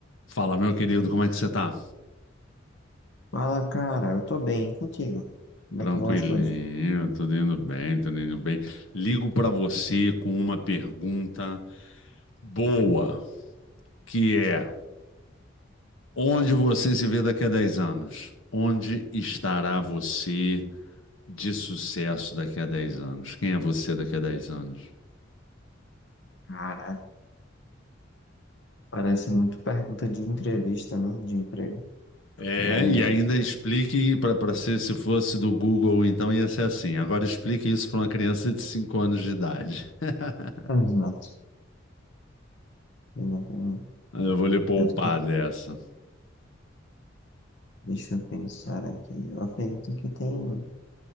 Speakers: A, on the left; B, on the left.
A: Fala, meu querido, como é que você tá?
B: Fala, cara, eu tô bem e contigo. Como
A: Tranquilinho,
B: é que vão as coisas?
A: tudo indo bem, tudo indo bem. Ligo pra você com uma pergunta boa, que é: onde você se vê daqui a 10 anos? Onde estará você de sucesso daqui a 10 anos? Quem é você daqui a 10 anos?
B: Cara, parece muito pergunta de entrevista, né? De emprego.
A: É,
B: Mas.
A: e ainda explique para para ser se fosse do Google, então ia ser assim. Agora explique isso para uma criança de 5 anos de idade. <laughs>
B: Ah, Exato. Eu não- eu-
A: Eu vou lhe poupar
B: Tanto que,
A: dessa.
B: deixa eu pensar aqui. Eu acredito que tem,